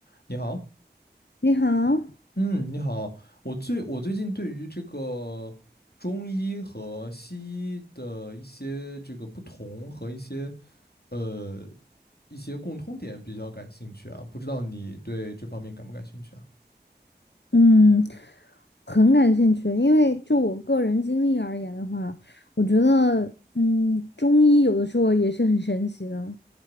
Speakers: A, on the left (about 65°); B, on the left (about 75°).
A: 你好，
B: 你好，
A: 嗯，你好，我最我最近对于这个中医和西医的一些这个不同和一些呃一些共通点比较感兴趣啊，不知道你对这方面感不感兴趣啊？
B: 嗯，很感兴趣，因为就我个人经历而言的话，我觉得，嗯，中医有的时候也是很神奇的。